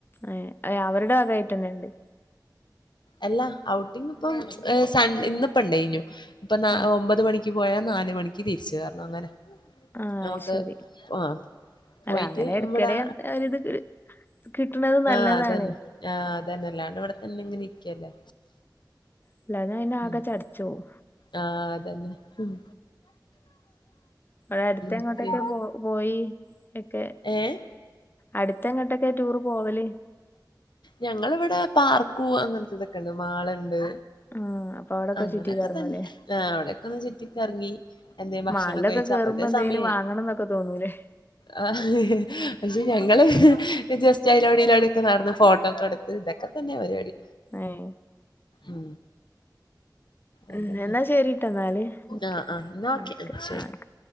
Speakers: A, on the left (about 30°); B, on the left (about 80°).
A: ഏഹ് അഹ് അവരുടെ വകായ്ട്ടെന്നെ ഇണ്ട്.
B: അല്ല ഔട്ടിങ്ങ് ഇപ്പം ഏഹ് സൺഡേ ഇന്ന്പ്പണ്ടേന്യു ഇപ്പൊ നാ
A: ആ
B: ഒമ്പത് മണിക്ക്. ക്ക് പോയാൽ നാല് മണിക്ക് തിരിച്ച് കേറണം അങ്ങനെ
A: ആ,
B: നമുക്ക്
A: ശരി
B: ആഹ്
A: അല്ല
B: പൊയ്ട്ട്
A: അങ്ങനെ ഇടയ്ക്കിടെ
B: ഇവിടെ
A: ഒരു ഇത് കിട്ടുന്നത് നല്ലതാണ്
B: ആ അതന്നെ. ആഹ് അതന്നെ അല്ലാണ്ട് ഇവ്ടെ തന്നെ ഇങ്ങനെ ഇരിക്കല്ലേ.
A: അല്ലാഞ്ഞ പിന്നെ ആകെ
B: ഉം
A: ചടച്ചോവും.
B: ആഹ് അതന്നെ. ഉം
A: ഇവിടെ അടുത്ത് എങ്ങോട്ടൊക്കെ
B: ഓക്കെ
A: പോ പോയി ഒക്കെ
B: ഏഹ്
A: അടുത്ത് എങ്ങോട്ടൊക്കെ ടൂർ പോവല്
B: ഞങ്ങളിവിടെ പാർക്കും അങ്ങൻത്തതൊക്കെണ്ട് മാള്ണ്ട്
A: ആ അപ്പൊ അവിടൊക്കെ
B: അങ്ങനൊക്കെ
A: ചുറ്റി കറങ്ങൂലേ
B: തന്നെ. ആ അവിടെക്കൊന്ന് ചുറ്റിക്കർങ്ങി എന്തേ ഭക്ഷണം
A: മാളിലൊക്കെ
B: കഴിച്ച്
A: കേറുമ്പോ
B: അപ്പത്തെ
A: എന്തെങ്കിലും
B: സമയായി
A: വാങ്ങണം എന്നൊക്കെ തോന്നൂലേ
B: ആ പക്ഷേ ഞങ്ങള് ജസ്റ്റ് അയ്ലോടി ഇയ്ലോടിയൊക്കെ നടന്ന് ഫോട്ടോക്കെട്ത്ത് ഇതൊക് ക്കെ തന്നെ പരിവാടി.
A: ഏഹ്
B: ഉം അതന്നെ
A: ഉം എന്നാ ശരിട്ടന്നാല് ഒക്കെ
B: ആഹ് ആഹ് എന്നാ ഓക്കെ
A: ഓക്കേ
B: ശരി
A: ആ ഓക്കെ